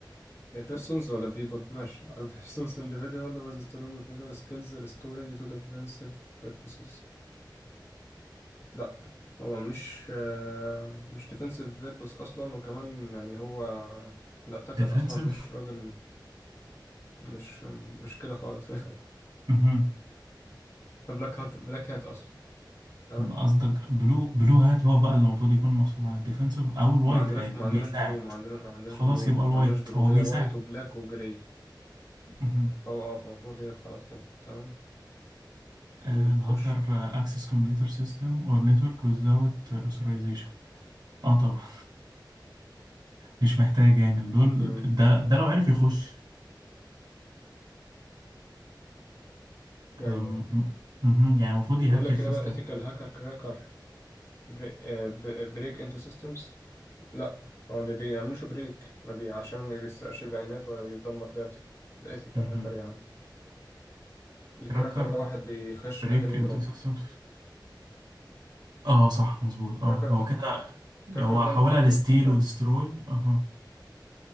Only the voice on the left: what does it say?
بيرسونز ولا بيبول ماشي على بيرسونز individual with strong motor <laughs> skills restoring to defensive purposes لا هو مش آه، مش defensive purpose أصلا وكمان يعني هو الأتاكر
أصلا مش راجل مش مش كده خالص <laughs>
بلاك هات بلاك هات أصلا تمام
ما عندناش
ما
عندناش بلو ما عندنا ما عندناش
بلو
ما عندناش بلو
هي
وايت وبلاك وجراي
فهو اه فالمفروض هي خلاص كده تمام
مم،
خش
مم.
ايوه
بيقول لك
هنا بقى ethical hacker cracker بري... آه، ب- بريك انتو سيستمز لا هو ما بيعملوش بريك ما بي... عشان ما بيسرقش بيانات ولا بيدمر داتا ده ايثيكال
هاكر يا عم الكراكر
ده واحد بيخش
داخل يضرب
كراكر
ده
كراكر
ده
محطم
حرفيا